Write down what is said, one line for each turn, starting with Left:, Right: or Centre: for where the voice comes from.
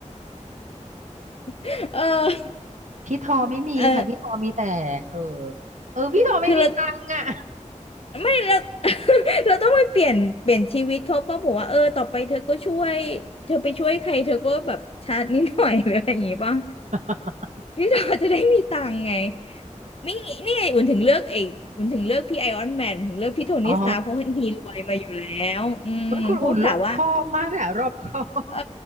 Left: <laughs> เออ
Right: พี่ทอไม่มีค่ะพี่ทอมีแต่เออ
Left: เออ
Right: เออพี่ทอไม่มีตังค์อ่ะ
Left: คือเรา ไม่เรา <laughs> เราต้องไปเปลี่ยนเปลี่ยนชีวิตเขาป่ะบอกว่าเออต่อไปเธอก็ช่วยเธอไปช่วยใครเธอก็แบบชาร์จนิดหน่อยหรืออะไรอย่างงี้ป่ะ
Right: <laughs>
Left: พี่เราจะได้มีตังค์ไงไม่นี่ไงอุ่นถึงเลือกไอ้อุ่นถึงเลือกพี่ไอออนแมนถึงเลือกพี่โทนี่สตาร์เพราะฮีรวยมาอยู่แล้วอืมเพราะกะว่า
Right: อ๋อเฮ้คุณอุ่นรอบคอบมากเลยอะรอบคอบ
Left: เออ